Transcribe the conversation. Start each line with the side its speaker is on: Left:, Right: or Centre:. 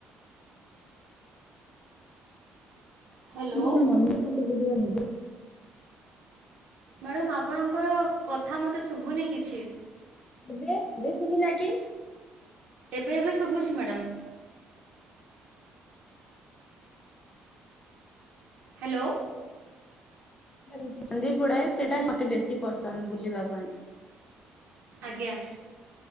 Right: ହ୍ୟାଲୋ
Left: ମୁଁ ମନ ମତେ ବୁଝିବାର
Right: ମ୍ୟାଡ଼ାମ ଆପଣଙ୍କର କଥା ମତେ ଶୁଭୁନି କିଛି
Left: ଏବେ ବେ ଶୁଭିଲା କି?
Right: ଏବେ ଏବେ ଶୁଭୁଛି ମ୍ୟାଡ଼ାମ ହ୍ୟାଲୋ।
Left: ମନ୍ଦିର ଗୁଡାଏ ସେଟା ମତେ ବେଶୀ ପସନ୍ଦ ବୁଲିବା ପାଇଁ।
Right: ଆଜ୍ଞା।